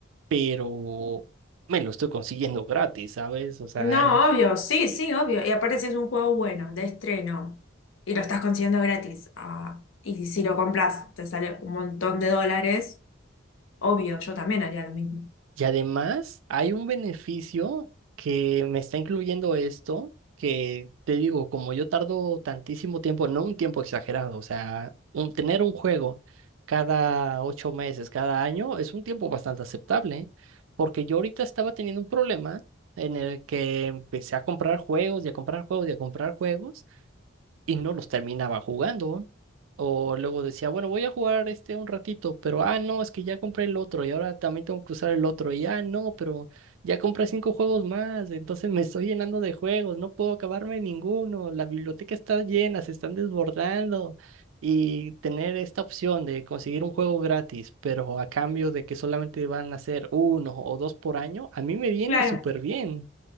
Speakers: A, on the right (about 80°); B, on the left (about 80°).
A: pero me lo estoy consiguiendo gratis, ¿sabes? O sea,
B: No,
A: es-
B: obvio, sí, sí, obvio. Y aparte si es un juego bueno, de estreno, y lo estás consiguiendo gratis, ah, y si lo compras te sale un montón de dólares, obvio, yo también haría lo mismo.
A: y además hay un beneficio que me está incluyendo esto, que te digo, como yo tardo tantísimo tiempo, no un tiempo exagerado, o sea, un- tener un juego cada ocho meses, cada año, es un tiempo bastante aceptable, porque yo ahorita estaba teniendo un problema en el que empecé a comprar juegos y a comprar juegos y a comprar juegos. y no los terminaba jugando. O luego decía, bueno, voy a jugar este un ratito, pero ah, no, es que ya compré el otro y ahora también tengo que usar el otro. Y ah, no, pero ya compré cinco juegos más, entonces me estoy llenando de juegos, no puedo acabarme ninguno. La biblioteca está llena, se están desbordando. Y tener esta opción de conseguir un juego gratis, pero a cambio de que solamente van a ser uno o dos por año, a mí me viene
B: Claro.
A: súper bien.